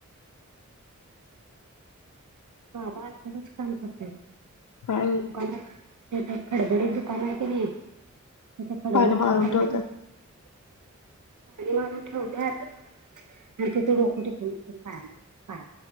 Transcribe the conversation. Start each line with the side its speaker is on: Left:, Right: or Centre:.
Right: बाबा आतूनच काम करतोय बग!
Left: काय
Right: दुकानत खडबडीत दुकान आहे की नाही! त्याथ खडबड
Left: पानं मारून
Right: <inaudible> पाणी
Left: ठेवतात
Right: मारून ठेवल्यात आणि तिथे डोक टिकूनटिकून पाया